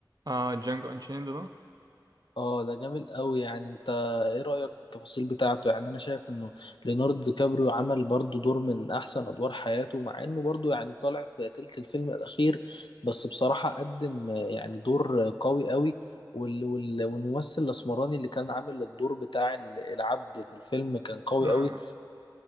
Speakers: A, on the right; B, on the left.
A: اه جانجو انشيند ده
B: اه ده جامد قوي يعني انت ايه رأيك في التفاصيل بتاعته يعني انا شايف انه ليوناردو دي كابريو عمل برضو دور من احسن ادوار حياته مع انه برضو يعني طالع في تلت الفيلم الاخير بس بصراحة قدم آه، يعني دور قوي قوي وال... وال... والممثل الاسمراني اللي كان عامل الدور بتاع ال- العبد في الفيلم كان قوي
A: آه.
B: قوي